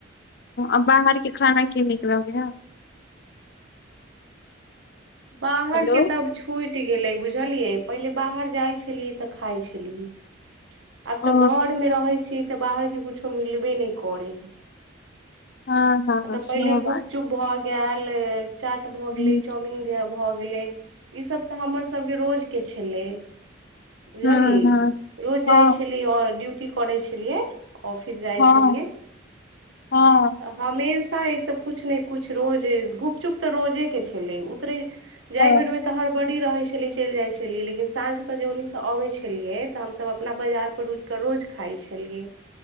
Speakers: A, on the left; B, on the right.
A: आ बाहर के खाना की निक लगे है।
B: बाहर
A: हेलो
B: के त, छुइट गेलै बुझलियै पहिले बाहर जाइ छलियै त खाइ छलियै। आब
A: ओ
B: त घोरमे रहै छी त बाहरके किछो मिलबे नै कोरै है।
A: हँ हँ
B: तब
A: सेहो
B: पहिले
A: बात
B: गुपचुप भ गेलए चाट भ गेलैय
A: हँ
B: चाउमीन, भ गेलै ई सब त हमर सबके रोज के छलैय। बुहलि
A: हँ हँ
B: रोज जाइ
A: हँ
B: छलिअ ड्यूटी करै छलियै। ऑफिस जाइ
A: हँ
B: छलियै------अ,
A: हँ
B: हमेशा ई सब कुछ ने कुछ रोजे गुपचुप त रोजे के छलै उतरे, जाय
A: ओ
B: बेर में त हड़बड़ी रहे छली चैल जाइ छली लेकिन साँझ स जे उनी स अबे छलियै, त हमसब अपना बाजार पर रूइक के रोज खाइ छलियै